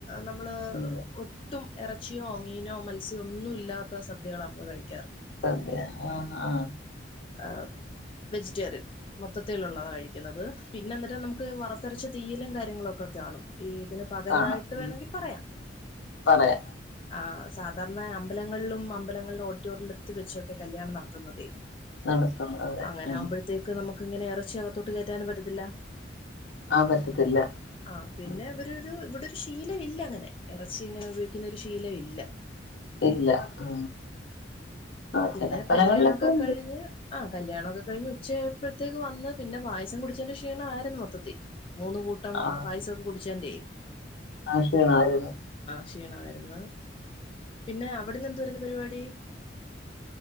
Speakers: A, on the left; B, on the left.
A: നമ്മള്
B: ഇല്ല
A: ഒ ഒട്ടും ഇറച്ചിയോ മീനോ മത്സ്യ ഒന്നും ഇല്ലാത്ത സദ്യകളാ നമ്മള് കഴി
B: സദ്യ ആ ആ
A: ഏഹ് വെജിറ്റേറിയൻ മൊത്തത്തിലുള്ളതാ കഴിക്കുന്നത് പിന്നെ എന്നട്ടം നമുക്ക് വറു ത്തറച്ച തീയിലും കാര്യങ്ങളും ഒക്കെ കാണും ഈ ഇതിന് പകരമായിട്ട്
B: കാണാം ഉം
A: വേണമെങ്കിൽ പറയാം
B: പറയാം
A: ആ സാധാരണ അമ്പലങ്ങളിലും അമ്പലങ്ങളിലും ഓഡിറ്റോറിയത്തി വെച്ചൊക്കെ കല്യാണം നടത്തുന്നതേ
B: നടത്തും അതെ
A: അങ്ങനെ
B: ഉം
A: ആകുമ്പോഴത്തേക്ക് നമുക്ക് ക്ക് ഇങ്ങനെ ഇറച്ചി അകത്തോട്ട് കയറ്റാനും പറ്റത്തില്ല
B: ആഹ് പറ്റത്തില്ല
A: ആ പിന്നെ
B: ഉം
A: അവരരു ഇവിടെ ശീലം ഇല്ല അങ്ങനെ ഇറച്ചി ഇങ്ങനെ ഉപയോഗിക്കുന്ന ഒരു ശീലമില്ല
B: ഇല്ല ആ ആ
A: പിന്നെ
B: ചില സ്ഥലങ്ങളിലൊക്കെ
A: കല്യാണമൊക്കെ
B: ഉണ്ട്
A: കഴിഞ്ഞ് ആ കല്യാണമൊക്കെ കഴിഞ്ഞ് ഉച്ചയായപ്പത്തേക്ക് വ ന്ന് പിന്നെ പായസം കുടിച്ചന്റെ ക്ഷീണം ആയിരുന്നു മൊത്തത്തി മൂന്ന് കൂട്ടം
B: ആഹ്
A: പായസമൊക്കെ കുടിച്ചന്റെ
B: ആഹ് ക്ഷിണാര്ന്ന്
A: ക്ഷീണമായിരുന്നു
B: ഉം
A: പിന്നെ അവിട്ന്ന് എന് ന്തുവാര്ന്നു പരിപാടി